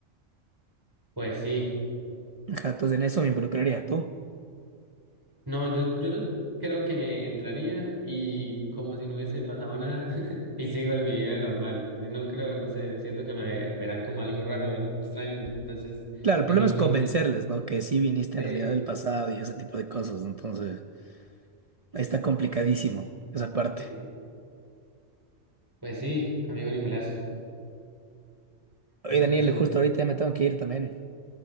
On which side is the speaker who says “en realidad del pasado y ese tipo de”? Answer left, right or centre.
Right